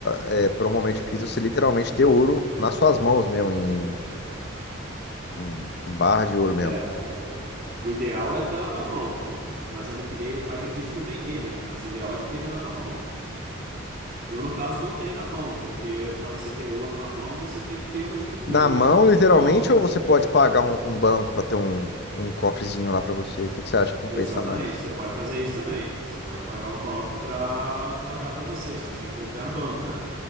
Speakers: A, on the left; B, on the right.
A: é, para um momento de crise, você literalmente ter ouro nas suas mãos mesmo, em, em, em barra de ouro mesmo.
B: É. O ideal é estar na tua mão. Mas a liquidez é mais difícil tu vender, né? Mas o ideal é que esteja na tua mão. Eu, no caso, não tenho na mão, porque para você ter ouro na mão, você tem que ter uma estrutura,
A: Na mão,
B: né? Você tem que ter
A: literalmente,
B: um cofre.
A: ou você pode pagar um, um banco pra ter um, um cofrezinho lá pra você? O que, que você acha que compensa
B: Exatamente.
A: mais?
B: Você pode fazer isso também. Você pode pagar um banco para guardar para você, só que você tem que confiar no banco, né?